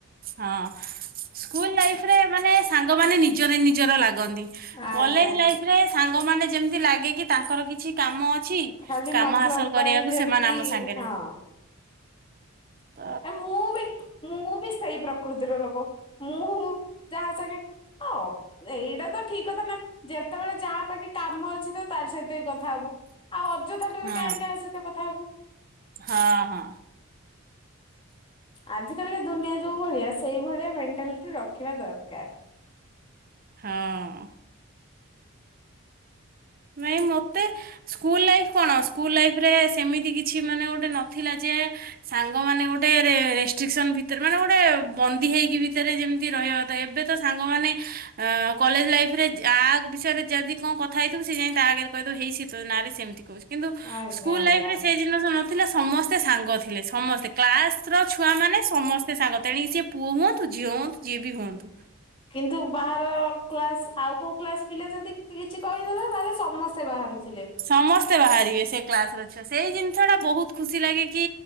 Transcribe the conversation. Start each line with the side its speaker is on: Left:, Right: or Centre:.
Right: ହଁ ସ୍କୁଲ ଲାଇଫରେ ମାନେ ସାଙ୍ଗମାନେ ନିଜର ନିଜର ଲାଗନ୍ତି।
Left: ଆଜ୍ଞା
Right: କଲେଜ ଲାଇଫରେ ସାଙ୍ଗ ମାନେ ଯେମିତି ଲାଗେ କି ତାଙ୍କର କିଛି କାମ ଅଛି।
Left: ଖାଲି
Right: କାମ
Left: ମତଲବ
Right: ହାସଲ
Left: ପାଇଁ
Right: କରିବାକୁ
Left: ଯେମିତି
Right: ସେମାନେ ଆମ ସାଙ୍ଗରେ
Left: ହଁ।
Right: ତ
Left: ଆ ମୁଁ ବି ମୁଁ ବି ସେଇ ପ୍ରକୃତିର ଲୋକ। ମୁଁ ଯାହା ସାଙ୍ଗେ <unintelligible> ଏଇଟା ତ ଠିକ୍ କଥା ନା ଯେତେବେଳେ ଯାହା ପାଖେ କାମ ଅଛି ତ ତାରି ସହିତ ହିଁ କଥା ହୋବୁ। ଆଉ ଅଯଥାଟାରେ
Right: ହଁ
Left: କାହିଁ କାହା ସହିତ କଥା ହୋବୁ।
Right: ହଁ ହଁ।
Left: ଆଜି କାଲିକା ଦୁନିଆଁ ଯୋଉ ଭଳିଆ ସେଇଭଳିଆ ମେଣ୍ଟାଲିଟି ରଖିବା ଦରକାର।
Right: ହଁ। ନାଇଁ ମତେ ସ୍କୁଲ ଲାଇଫ୍ କଣ ସ୍କୁଲ ଲାଇଫ୍ ରେ ସେମିତି କିଛି ମାନେ ଗୋଟେ ନଥିଲା ଯେ ସାଙ୍ଗ ମାନେ ଗୋଟେ ରେ-ରେଷ୍ଟ୍ରିକସନ୍ ଭିତରେ ମାନେ ଗୋଟେ ବନ୍ଦୀ ହେଇକି ଭିତରେ ଯେମିତି ରହିବା ଏବେ ତ ସାଙ୍ଗମାନେ ଆ କଲେଜ ଲାଇଫ୍ ରେ ଆ ବିଷୟରେ ଯଦି କଣ କଥା ହେଇ ଥିବ ସେ ଯାଇ ତା ଆଗରେ କହିଦେବ ହେଇ ତୋ ନାଁରେ ସେମିତି କୋହୁଚି କିନ୍ତୁ
Left: ଆଜ୍ଞା
Right: ସ୍କୁଲ୍
Left: ଆଜ୍ଞା।
Right: ଲାଇଫ୍ ରେ ସେଇ ଜି ନିଷ ନଥିଲା ସମସ୍ତେ ସାଙ୍ଗ ଥିଲେ ସମସ୍ତେ କ୍ଲାସର ଛୁଆ ମାନେ ସମସ୍ତେ ସାଙ୍ଗ ତେଣିକି ସିଏ ପୁଅ ହୁଅନ୍ତୁ ଝିଅ ହୁଅନ୍ତୁ ଯିଏ ବି ହୁଅନ୍ତୁ।
Left: କିନ୍ତୁ ବାହାର କ୍ଲାସ ଆଉ କୋଉ କ୍ଲାସ ପିଲା ଯଦି କିଛି କହିଦେଲା ତାହେଲେ ସମସ୍ତେ ବାହାରୁଥିଲେ।
Right: ସମସ୍ତେ ବାହାରିବେ ସେ କ୍ଲାସର ଛୁ ସେଇ ଜିନିଷଟା ବୋହୁତ ଖୁସି ଲାଗେ କି